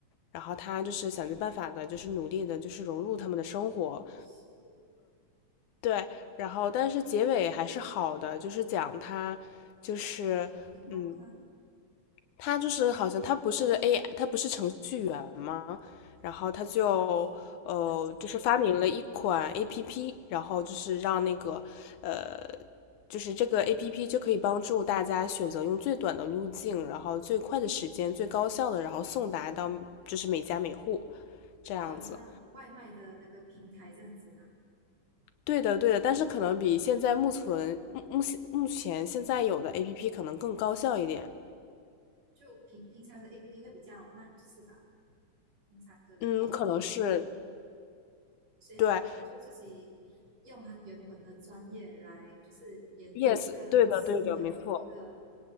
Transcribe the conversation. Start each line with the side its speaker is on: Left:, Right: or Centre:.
Left: 然后他就是想尽办法的，就是努力的，就是融入他们的生活。
Right: 是
Left: 对，然后但是结尾还是好的，就是讲他就是嗯
Right: 成功了吗？
Left: 他就是好像他不是 AI，他不是程序员吗？然后他就呃，
Right: 还是程序呢？
Left: 就是发明了一款 APP，然后就是让那个呃，就是这个 APP 就可以帮助大家选择用最短的路径，然后最快的时间、最高效的，然后送达到就是每家每户这样子。
Right: 就好像外卖的那个平台这样子嘛，
Left: 对的，对的，但是可能比现在目前目目前目前现在有的 APP 可能更高效一点。
Right: 就平平常的 APP 会比较慢，是吧？平常的那个外卖的，
Left: 嗯，可能是
Right: 所以他的他就自己
Left: 对。然
Right: 用他原本的专业来，就是研究一个新的一个
Left: Yes，对的，对的，没错，